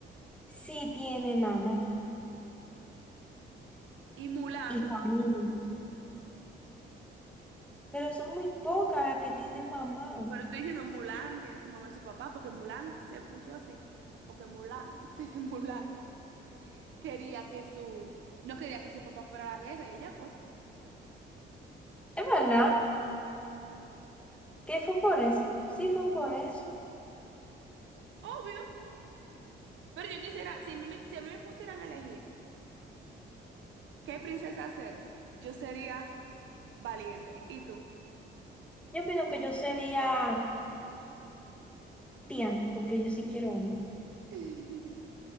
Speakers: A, in the centre; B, on the right.
A: sí tiene mamá
B: Y Mulan.
A: y familia, pero son muy pocas las que tienen mamá.
B: Pero estoy diciendo Mulan tiene su mamá y su papá, porque Mulan se puso así, porque Mulan, <laughs> sé que Mulan quería que su, no quería que su papá fuera a la guerra, y ella fue.
A: Es verdad, que fue por eso, sí fue por eso.
B: Obvio. Pero yo quisiera, si a mí, me- si a mí me pusieran a elegir qué princesa ser, yo sería valiente. ¿Y tú?
A: Yo opino que yo sería Tiana, porque yo sí quiero hombre.
B: <laughs>